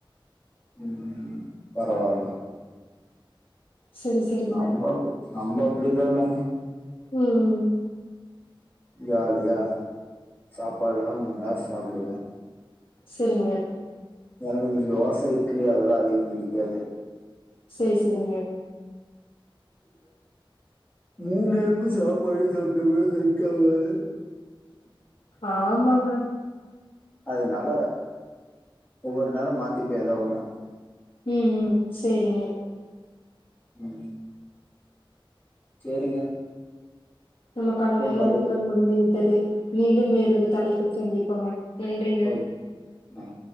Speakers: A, on the left; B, on the left.
A: ம் பரவால்ல
B: சரி சரிங்க
A: நம்ம அப்டி நம்ம அப்டிலா இல்லங்க
B: ம்
A: ஜாலியா சாப்பாடுனா மூண் நேரோ சாப்டுவே
B: செரிங்க
A: எனக்கு இந்த தோச இட்லி அதல்லா அதிகோ புடிக்காது
B: சேரி சேரிங்க
A: மூணேரம சாப்பாடு சாப்பிட்டு <unintelligible>
B: ஆமாங்க
A: அதுனால ஒவ்வொரு நேரோ மாத்திப்பே ஏதா ஒண்ண
B: உ உ சேரிங்க
A: உ சேரிங்க
B: நமக்கான நேரளவுகல்
A: மறுபடியும்
B: முடிந்து விட்டது மீண்டு வேறொரு தலைப்பில் சந்திப்போங்க நன்றிங்க
A: ஓ ஆ பாய்